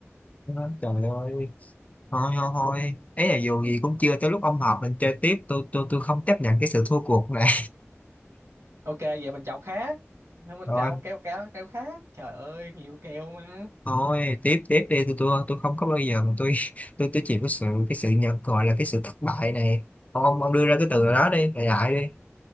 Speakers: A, on the left (about 30°); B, on the right (about 70°).
A: Đó, trời ơi thôi thôi thôi ấy là dù
B: Ừ.
A: gì cũng chưa tới lúc ông họp mình chơi tiếp tôi tôi tôi không chấp nhận cái sự thua cuộc này
B: ok vậy mình chào khác không mình
A: <laughs> thôi
B: chào keo keo keo khác trời ơi nhiều keo mà
A: thôi tiếp tiếp đi tôi tôi tôi không có bao giờ mà tôi <laughs> tôi tôi chịu cái sự cái sự nhận gọi là cái sự thất bại này ông ông ông đưa ra cái từ đó đi đại đại đi